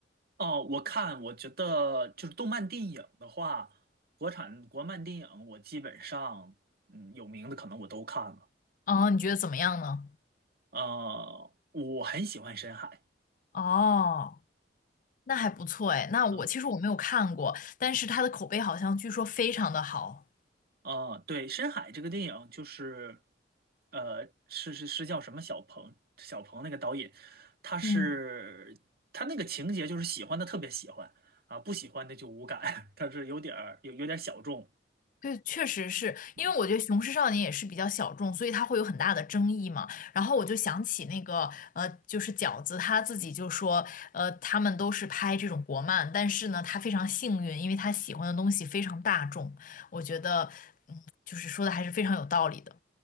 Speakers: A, on the right (about 55°); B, on the left (about 45°).
A: 哦，我看，我觉得就是动漫电影的话，国产国漫电影我基本上，嗯，有名的可能我都看了。
B: 哦，你觉得怎么样呢？
A: 啊，我很喜欢《深海》。
B: 哦，那还不错诶，那我其实我没有看过，
A: 嗯，
B: 但是它的口碑好像据说非常的好。
A: 啊，对，《深海》这个电影就是，呃，是是是叫什么小鹏？小鹏那个导演，他是他那个情节就是喜欢的特别喜欢啊，
B: 嗯。
A: 不喜欢的就无感，<laughs> 他是有点儿有有点儿小众。
B: 对，确实是因为我觉得《雄狮少年》也是比较小众，
A: 啊。
B: 所以它会有很大的争议嘛。然后我就想起那个呃，就是饺子他自己就说，呃，他们都是拍这种国漫，但是呢，他非常幸运，因为他喜欢的东西非常大众。我觉得，嗯，就是说的还是非常有道理的。